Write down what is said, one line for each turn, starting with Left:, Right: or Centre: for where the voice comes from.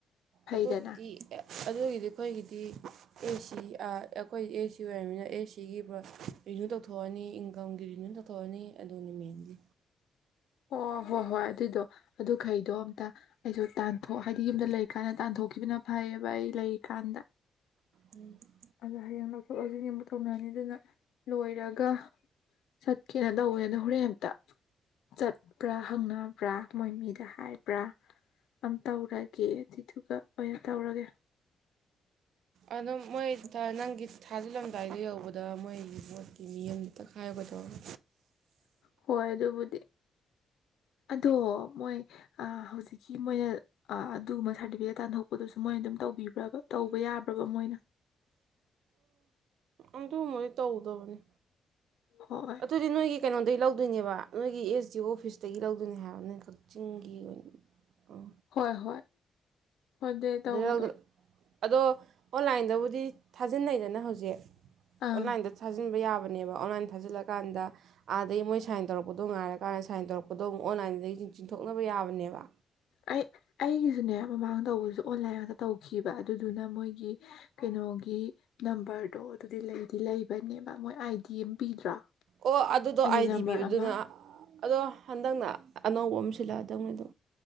Left: ꯐꯩꯗꯅ
Right: ꯑꯗꯨꯒꯤꯗꯤ ꯑꯗꯨꯒꯤꯗꯤ ꯑꯩꯈꯣꯏꯒꯤꯗꯤ ꯑꯦꯁꯤ ꯑꯩꯈꯣꯏ ꯑꯦꯁꯤ ꯑꯣꯏꯔꯕꯃꯤꯅ ꯑꯦ ꯁꯤ ꯁꯤꯒꯤ ꯔꯤꯅ꯭ꯌꯨ ꯇꯧꯊꯣꯛꯑꯅꯤ ꯏꯟꯀꯝꯒꯤ ꯔꯤꯅ꯭ꯌꯨ ꯇꯧꯊꯣꯛꯑꯅꯤ ꯑꯗꯨꯅꯤ ꯃꯦꯟꯂꯤ
Left: ꯑꯣ ꯍꯣꯏ ꯍꯣꯏ ꯑꯗꯨꯏꯗꯣ ꯑꯗꯨꯈꯩꯗꯣ ꯑꯝꯇ ꯑꯩꯁꯨ ꯇꯥꯟꯊꯣꯛ ꯍꯥꯏꯗꯤ ꯌꯨꯝꯗ ꯂꯩ ꯀꯥꯏꯅ ꯇꯥꯟꯊꯣꯛꯈꯤꯕꯅ ꯐꯩꯌꯦꯕ ꯑꯩ ꯂꯩꯔꯤꯀꯥꯟꯗ
Right: ꯎꯝ
Left: ꯑꯗꯣ ꯍꯌꯦꯡ ꯂꯧꯊꯣꯛ ꯂꯧꯁꯤꯟ ꯌꯦ ꯑꯃꯨ ꯇꯧꯅꯔꯅꯤ ꯑꯗꯨꯅ ꯂꯣꯏꯔꯒ ꯆꯠꯀꯦꯅ ꯇꯧꯕꯅꯤ ꯑꯗꯣ ꯍꯣꯔꯦꯟ ꯑꯇ ꯆꯠꯄ꯭ꯔꯥ ꯍꯪꯅꯕ꯭ꯔꯥ ꯃꯣꯏ ꯃꯤꯗ ꯍꯥꯏꯕ꯭ꯔꯥ ꯑꯝ ꯇꯧꯔꯒꯦ ꯑꯗꯨꯗꯨꯒ ꯂ ꯇꯧꯔꯒꯦ
Right: ꯑꯗꯨꯝ ꯃꯣꯏ ꯅꯪꯒꯤ ꯊꯥꯖꯤꯜꯂꯝꯗꯥꯏꯗ ꯌꯧꯕꯗ ꯃꯣꯏꯒꯤ ꯕꯣꯠꯀꯤ ꯃꯤ ꯑꯃꯗ ꯇꯛꯈꯥꯏꯌꯒꯗꯧꯔ
Left: ꯍꯣꯏ ꯑꯗꯨꯕꯨꯗꯤ ꯑꯗꯣ ꯃꯣꯏ ꯑ ꯍꯧꯖꯤꯛꯀꯤ ꯃꯣꯏꯅ ꯑꯗꯨꯒꯨꯝꯕ ꯁꯥꯔꯇꯤꯐꯤꯀꯦꯠ ꯇꯥꯟꯊꯣꯛꯄꯗꯨꯁꯨ ꯃꯣꯏꯅ ꯑꯗꯨꯝ ꯇꯧꯕꯤꯕ꯭ꯔꯕ ꯇꯧꯕ ꯌꯥꯕ꯭ꯔꯕ ꯃꯣꯏꯅ
Right: ꯑꯗꯨ ꯃꯣꯏ ꯇꯧꯗꯕꯅꯤ
Left: ꯍꯣꯏ
Right: ꯑꯗꯨꯗꯤ ꯅꯣꯏꯒꯤ ꯀꯩꯅꯣꯗꯩ ꯂꯧꯗꯣꯏꯅꯦꯕ ꯅ ꯁꯤ ꯑꯦꯁ ꯗꯤ ꯑꯣꯐꯤꯁꯇꯒꯤ ꯂꯧꯗꯣꯏꯅꯦ ꯍꯥꯏꯔꯕꯅꯦ ꯀꯛꯆꯤꯡꯒꯤ ꯑꯣꯏꯅ
Left: ꯍꯣꯏ ꯍꯣꯏ ꯍꯗꯦ ꯇ
Right: ꯑꯗꯨ
Left: ꯍꯒꯗꯣ
Right: ꯑꯗꯣ ꯑꯣꯟꯂꯥꯏꯟꯗꯕꯨꯗꯤ ꯊꯥꯖꯤꯟꯅꯩꯗꯅ ꯍꯧꯖꯤꯛ
Left: ꯑꯪ
Right: ꯑꯣꯟꯂꯥꯏꯟꯗ ꯊꯥꯖꯤꯟꯕ ꯌꯥꯕ ꯅꯦꯕ ꯑꯣꯟꯂꯥꯏꯟ ꯊꯥꯖꯤꯜꯂꯀꯥꯟꯗ ꯑꯥꯗꯗꯒꯤꯩ ꯃꯣꯏ ꯁꯥꯏꯟ ꯇꯧꯔꯛꯄꯗꯣ ꯉꯥꯏꯔꯀꯥꯟꯗ ꯁꯥꯏꯟ ꯇꯧꯔꯛꯄꯗꯣ ꯑꯃꯨꯛ ꯑꯣꯟꯂꯥꯏꯟꯗꯒꯤ ꯆꯤꯡꯊꯣꯛꯅꯕ ꯌꯥꯕꯅꯦꯕ
Left: ꯑꯩ ꯑꯩꯒꯤꯁꯨꯅꯦ ꯃꯃꯥꯡ ꯇꯧꯕꯁꯨ ꯑꯣꯟꯂꯥꯏꯟꯗ ꯇꯧꯈꯤꯕ ꯑꯗꯨꯗꯨꯅ ꯃꯣꯏꯒꯤ ꯀꯩꯅꯣꯒꯤ ꯅꯝꯕꯔꯗꯣ ꯑꯗꯨꯗꯤ ꯂꯩꯗꯤ ꯂꯩꯕꯅꯦꯕ ꯃꯣꯏ ꯑꯥꯏꯗꯤ ꯑꯃ ꯄꯤꯗ꯭ꯔꯥ
Right: ꯑꯣ ꯑꯗꯨꯗꯣ
Left: ꯑꯥꯏꯗꯤ
Right: ꯑꯥꯏ
Left: ꯅꯝꯕꯔ
Right: ꯗꯤ ꯄꯤꯕꯨꯗꯨꯅ
Left: ꯑꯃ
Right: ꯑꯗꯣ ꯍꯟꯗꯛꯅ ꯑꯅꯧꯕ ꯑꯃꯁ ꯁꯤꯜꯂꯥꯗꯧꯅꯦꯗꯣ